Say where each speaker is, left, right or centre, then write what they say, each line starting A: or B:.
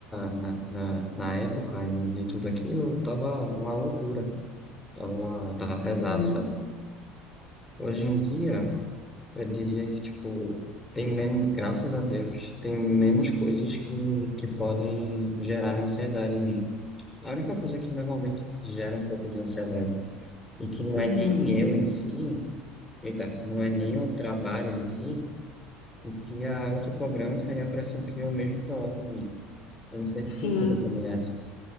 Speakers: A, on the left (about 20°); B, on the left (about 60°).
A: na, na, na época de, de tudo aquilo tava uma loucura, tava, uma- tava pesado,
B: Uhum,
A: sabe? Hoje em dia, eu diria que, tipo, tem menos, graças a Deus, tem menos coisas que, que podem gerar ansiedade em mim. A única coisa que normalmente gera um pouco de ansiedade, e que não
B: uhum.
A: é nem eu em si, eita, não é nem o trabalho em si, e sim a autocobrança e a pressão que eu mesmo coloco em mim. Eu não sei se
B: Sim,
A: contigo também é assim.